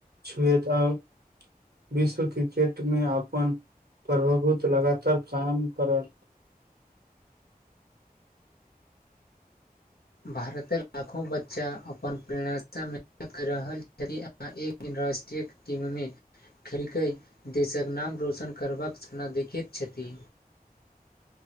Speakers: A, on the right; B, on the left.
A: छुएता आओर विश्व क्रिकेट मे अपन प्रभभुत लगातार कायम करल
B: भारतक लाखो बच्च बच्चा अपन प्रेरणासँ मेहनत क रहल छथि आ एक इन्र्राष्ट्रीय टीम मे खेलकै देशक नाम रोशन करबाक सपना देखैत छथि